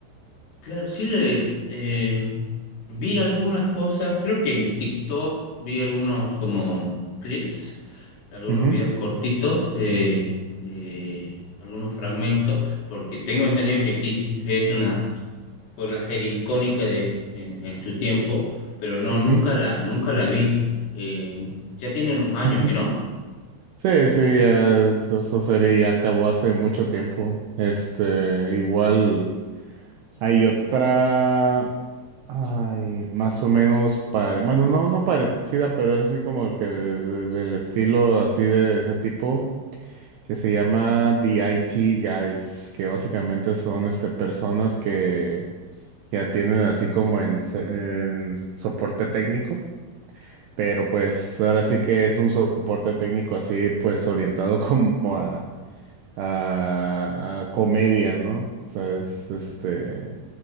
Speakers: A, on the left (about 55°); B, on the right (about 75°).
A: Claro, sí le eh, vi algunas cosas, creo que en TikTok vi algunos como clips, algunos
B: Ujú,
A: videos cortitos, eh, de algunos fragmentos, porque tengo entendido que sí, es una, fue una serie icónica de, en, en su tiempo, pero no,
B: ujú,
A: nunca la, nunca la vi. Eh, ya tiene unos años
B: ujú.
A: que no.
B: Sí, sí, es- esa serie ya acabó hace mucho tiempo. Este, igual hay otra, ay, más o menos pare, bueno, no, no parecida, pero es así como que de- de- del estilo así de ese tipo. que se llama The IT Guys, que básicamente son este, personas que, que atienden así como en, se- en soporte técnico, pero pues ahora sí que es un soporte técnico así pues orientado <laughs> como a, a, a comedia, ¿no? O sea, es este...